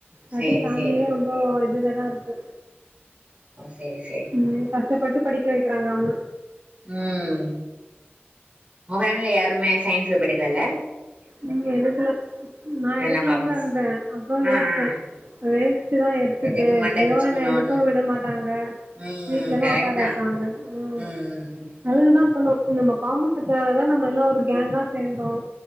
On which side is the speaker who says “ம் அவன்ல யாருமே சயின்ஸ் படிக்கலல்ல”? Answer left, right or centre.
Right